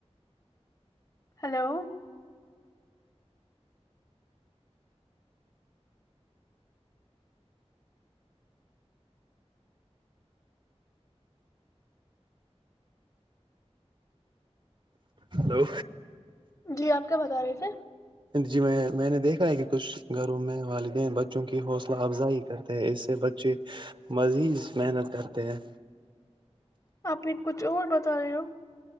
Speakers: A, on the left; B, on the right.
A: ہلو
B: ہلو
A: جی آپ کیا بتا رہے تھے
B: جی میں میں نے دیکھا ہے کہ کچھ گھروں میں والدین ب چونکہ حوصلہ افزائی کرتے ہیں اس بچے مزید محنت کرتے ہیں
A: آپ نے کچھ اور بتا رہے ہو